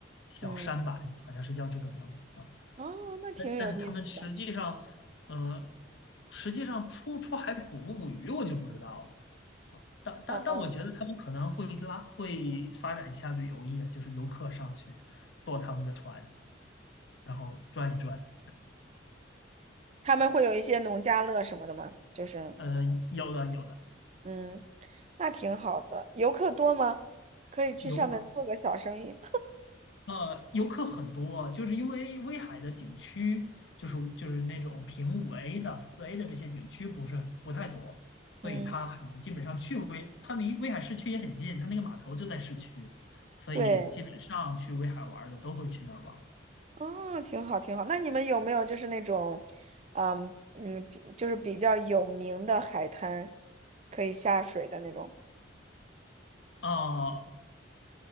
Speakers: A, on the left; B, on the right.
A: 小舢板，
B: 嗯，
A: 好像是叫这个名字啊。
B: 哦，那挺有意思的，
A: 但但是他们实际上，呃，实际上出出海捕不捕鱼，我就不知道了。但但但我觉得他们可能会拉会发展一下旅游业，
B: 哦。
A: 就是游客上去坐他们的船，然后转一转。
B: 他们会有一些农家乐什么的吗？就是，
A: 呃，有的有的，
B: 嗯，那挺好的。游客多吗？可以去上面做个小生意。
A: 游呃，游客很多啊，就是因为威海的景区，就是就是那种评五 A 的、四 A 的这些景区不是不太多，
B: 嗯，
A: 所以它还基本上去威，它离威海市区也很近，它那个码头就在市区，所以基本上去威海玩儿的都会去那儿玩
B: 对，哦，挺好，挺好。那你们有没有就是那种，嗯嗯，比就是比较有名的海滩，可以下水的那种？
A: 啊、呃